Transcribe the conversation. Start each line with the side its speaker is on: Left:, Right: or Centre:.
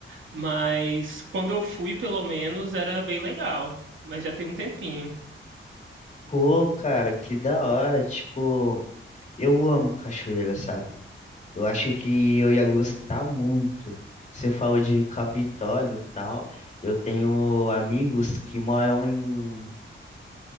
Right: Mas quando eu fui, pelo menos, era bem legal. Mas já tem um tempinho.
Left: Pô, cara, que da hora. Tipo, eu amo cachoeira, sabe? Eu acho que eu ia gostar muito. Você falou de Capitólio e tal. Eu tenho amigos que moram em.